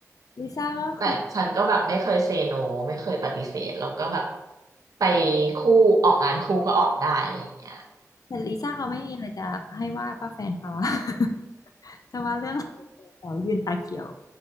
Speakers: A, on the left (about 80°); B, on the right (about 75°).
A: ลิซ่าก็คือ
B: แต่ฉันก็แบบไม่เคยเซโนไม่เคยปฏิเสธแล้วก็แบบไปคู่ออกงานคู่ก็ออกได้อะไรอย่างเงี้ย
A: แต่ลิซ่าเขาไม่มีอะไรจะให้ว่าป้าแฟนเขาอะ <laughs> จะว่าเรื่องเขายืนตาเขียว